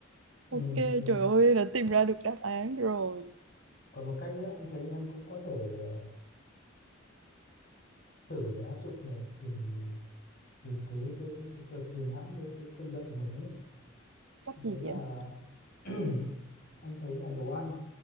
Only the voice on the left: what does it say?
Ừ, ừ.
Còn một cách nữa anh thấy em cũng có thể ờ, thử để áp dụng để tìm tìm cái cái, cái kìm hãm cái cái cơn giận của mình ấy
đó
là
<clears throat> anh thấy là đồ ăn